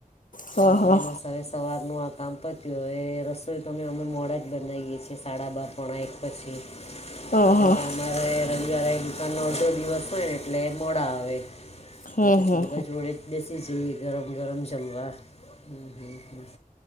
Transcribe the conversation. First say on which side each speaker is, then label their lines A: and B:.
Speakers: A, on the left; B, on the left.
A: હા
B: એટલે
A: હા
B: સવારનું આ કામ પત્યું એ ર તો તમે અમે મોડા જ બનાવીએ છીએ સાડા બાર પોણા એક પછી,
A: હા
B: કારમ
A: હા
B: કે મારે રવિવારે દુકાનનો અડધો દિવસ હોય ને એટલે મોડા આવે. એટલે
A: હમ
B: પછી
A: હમ
B: બધા જોડેજ બેસી જઈએ ગરમ ગરમ જમવા. હમ્મ હમ્મ હમ્મ